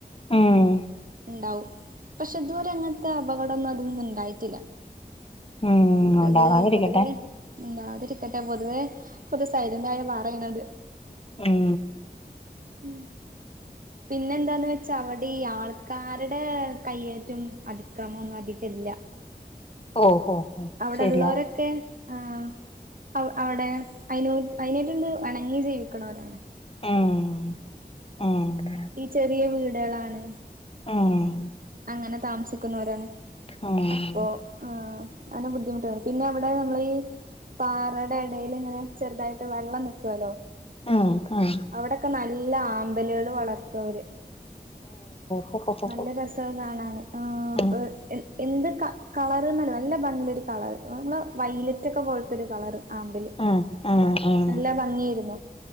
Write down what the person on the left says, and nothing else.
ഉം
ഉം ഉണ്ടാവാതിരിക്കട്ടെ
ഉം
ഓഹോ ഹോ
ശരിയാ
ഏഹ് ഏഹ്
ഏഹ്
ഉം ഉം
ആഹ് ആ
ഹോ ഹോ
ഹോ
ഉം
ആഹ് ആഹ് ആഹ്